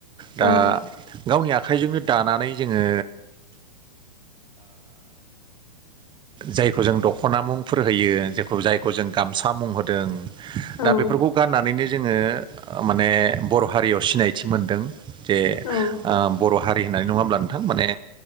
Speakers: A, on the right (about 25°); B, on the left (about 65°).
A: दा
B: औ
A: गावनि आखाइजोंनो दानानै जोङो जायखौ जों दख'ना मुंफोर होयो जखौ जायखौ जों गामसा मुं होदों दा
B: औ
A: बेफोरखौ गाननानैनो जोङो माने बर' हारियाव सिनायथि मोनदों जे
B: औ
A: बर' हारि होननानै नङा होमब्ला नोंथां माने